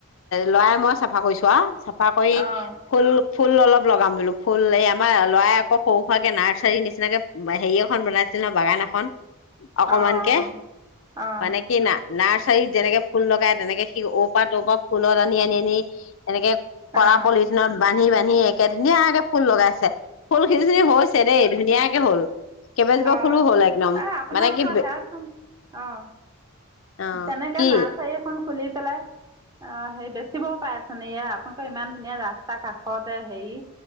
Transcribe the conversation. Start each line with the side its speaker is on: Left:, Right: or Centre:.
Left: লৰা, মই, চাফা কৰিছো আৰু চফ কিবাকৰি
Right: অঁ
Left: ফুল, ফুল অলপ লগাম বোলো, ফুল এই আমাৰ ল'ৰাই আকৌ সৰু-সুৰাকে নাৰ্চাৰীৰ নিচিনাকে হেৰি এখন বনাইছিল ন', বাগান এখন।
Right: অহ',
Left: অকমানকে
Right: -অহ', -অহ',
Left: মানে কি না নাৰ্চাৰীত যেনেকে ফুল লগাই, তেনেকে সি ঔৰপৰা-টৰপৰা ফুলত আনি আনি-আনি এনেকে কৰা
Right: অঁ
Left: পলিউচনত বান্ধি-বান্ধি, ধুনীয়াকে-ধুনীয়াকে ফুল লগাইছে। ফুল-খিনি চিনি হৈছে দেই ধুনীয়াকে। হ'ল। কেইবাজোপা
Right: অ',
Left: ফুলো হ'ল একদম
Right: এ', আপোনালোকৰ
Left: মানে কি
Right: সেয়াচোন অ',
Left: অ
Right: তেনেকে
Left: কি
Right: নাৰ্চাৰী এখন, খুলি পেলাই অ', হেৰি বেচিবও পাৰেচোন। এইয়া আপোনালোকৰ ইমান ধুনীয়া ৰাস্তা কাষতে হেৰি